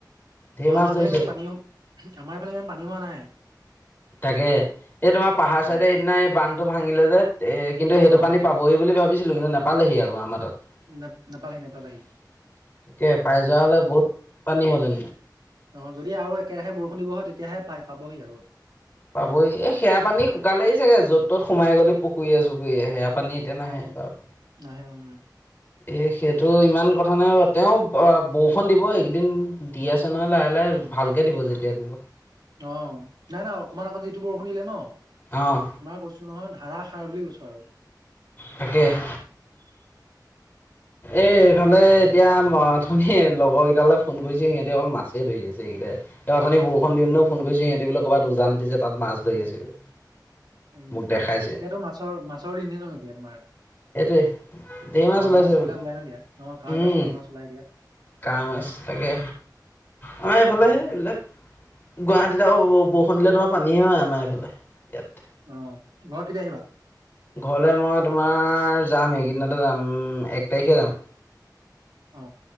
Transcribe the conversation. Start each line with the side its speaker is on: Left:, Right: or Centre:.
Left: ঢেৰ
Right: অহ,
Left: মাছ
Right: আমাৰ
Left: ধৰিছে
Right: ফালে ইমান পানী -আমাৰ ফালে ইমান পানী হোৱা নাই।
Left: তাকে, এই তোমাৰ পাহাৰ
Right: উম,
Left: চাইডে সিদিনা এই বান্ধটো ভাঙিলে যে এই কিন্তু সেইটো
Right: অ'
Left: পানী পাবহি বুলি ভাবিছিলোঁ কিন্তু, নাপালেহি আকৌ আমাৰ তাত। তাকে
Right: ন নাপালেহি নাপালেহি
Left: পাই যোৱা হলে বহুত পানী হল হ'লে
Right: অহ, যদি আৰু একেৰাহে বৰষুণ দিব হয় তেতিয়াহে পাই পাবহি আৰু
Left: পাবই এই সেয়া পানী শুকালেই চাগে য'ত-ত'ত সোমাই গ'লে পুখুৰীয়ে-চুখুৰীয়ে সেয়া পানী এতিয়া নাহে
Right: অ'
Left: বাৰু।
Right: নাহে উম।
Left: এই সেইটো ইমান কথা নাই বাও তেওঁ আ বৰষুণ দিব এইকেইদিন, দি আছে নহয় লাহে লাহো। ভালকে দিব, যেতিয়া দিব।
Right: অ নাই-নাই অকনমান আগত যিটো বৰষুণ দিলে ন
Left: অঁ
Right: তোমাৰ কৈছো নহয় ধাৰা সাৰ বুলি কৈছোঁ আৰু।
Left: তাকে, <unintelligible> এ এইফালে এতিয়া অথনী লগৰকেইটালৈ ফোন কৰিছে সিহঁতে অকল মাছেই ধৰি আছে এইকেইটা। এই অথনি বৰষুণ দিওতে ফোন কৰিছে সিহঁতি বোলে ক'ৰবাত উজান উঠিছে তাত মাছ ধৰি আছেগে
Right: এতিয়াতো
Left: মোক দেখাইছে
Right: মাছৰ-মাছৰ দিনেই ন এতিয়া তোমাৰ।
Left: এইটোৱেই ধেই মাছ
Right: কাৱৈ
Left: ওলাইছে
Right: বিলাক
Left: বোলে
Right: ওলাই ন এতিয়া। অ' কাৱৈ
Left: উম!
Right: মাছ পুঠি মাছ ওলাই দিয়া
Left: কাৱৈ মাছ তাকে আমাৰ এইফালেহে এইবিলাক। গুৱাহাটীত আক ব, বৰষুণ দিলে তোমাৰ পানীহে হয় আমাৰ এইফালে এই ফালে।
Right: অ, ঘৰত কেতিয়া আহিবা?
Left: ঘৰলে মই তোমাৰ যাম, এইকেইদনাতে যাম এক তাৰিখে যাম।
Right: অ।